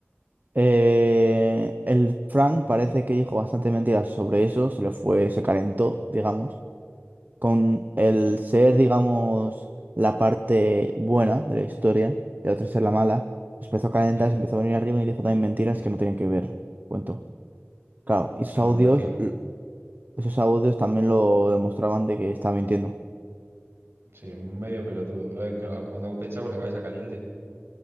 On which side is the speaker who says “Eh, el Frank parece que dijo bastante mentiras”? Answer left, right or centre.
Right